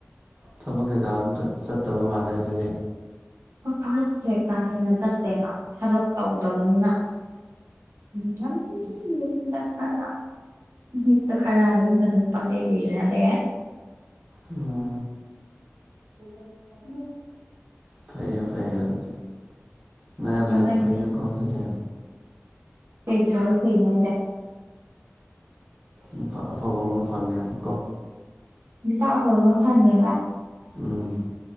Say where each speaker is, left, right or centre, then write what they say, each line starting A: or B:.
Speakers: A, on the right; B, on the right.
A: ꯊꯕꯛ ꯀꯩꯀꯥ ꯑꯃꯇ ꯆꯠꯇꯕ ꯃꯥꯜꯂꯦ ꯑꯗꯨꯗꯤ
B: ꯍꯣꯏ ꯊꯕꯛꯁꯦ ꯀꯥ ꯍꯦꯟꯅ ꯆꯠꯇꯦꯕ ꯊꯕꯛ ꯇꯧꯗꯕꯅꯤꯅ <unintelligible> ꯌꯨꯝꯗꯥ ꯈꯔꯥ ꯌꯨꯝꯗ ꯈꯔ ꯌꯨꯝꯗ ꯑꯗꯨꯝ ꯄꯥꯡꯂꯧ ꯂꯩꯔꯤ ꯍꯥꯏꯕꯥ ꯌꯥꯏ
A: ꯑꯣ
B: <unintelligible>
A: ꯐꯩꯌꯦ ꯐꯩꯌꯦ ꯑꯗꯨꯗꯤ ꯅꯔꯥꯏꯕꯛ
B: ꯑꯗꯣ
A: ꯌꯥꯝ
B: ꯅꯪꯗꯤ
A: ꯐꯩꯅꯦꯀꯣ ꯑꯗꯨꯗꯤ
B: <unintelligible> ꯀꯩꯅꯣ ꯍꯥꯏꯖꯦ
A: ꯅꯨꯄꯥ ꯑꯐꯕ ꯑꯃ ꯐꯪꯉꯦꯕꯀꯣ
B: ꯅꯨꯄꯥ ꯑꯐꯕꯥ ꯑꯃ ꯐꯪꯉꯦꯕ
A: ꯎꯝ